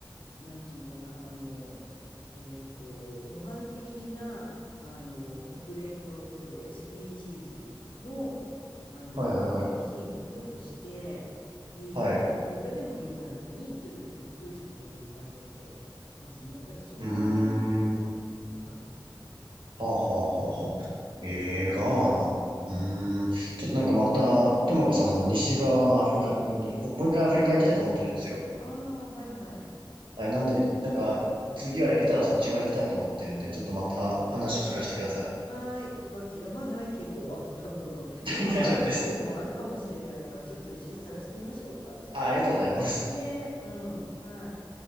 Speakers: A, on the left; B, on the right.
A: なんていうのかな、あの、えっと、模範的なあの国連の例えば SDGs の、あの推進国としてリーダー、
B: はいはいはい。はい。
A: アフリカでもリーダーの国ということでプロジェクトをいっぱいやってますね。だからその関係の人たちは多いかも。
B: うーん。はあ、はあ、はあ、
A: うん。
B: はあ。ええ、ガーナ。
A: うん。
B: うーん。ちょっとなんかまた、ともこさん、その西側のアフリカの国、僕もう一回アフリカ行きたいと思ってるんですよ。
A: ああ、はいはい。
B: はい、なんで、なんか、次は行けたらそっち側行きたいと思ってるんで、ちょっとまた話聞かせてくださ
A: いや、はーい、わかりました。山ないけど、あ多分。
B: い。
A: 山があるとこもあるかもしれないから、
B: <laughs> 大丈夫です。
A: ちょっと一緒に探してみましょうか、じゃあ。
B: あ、ありがとうございます。
A: ね、うん、はい。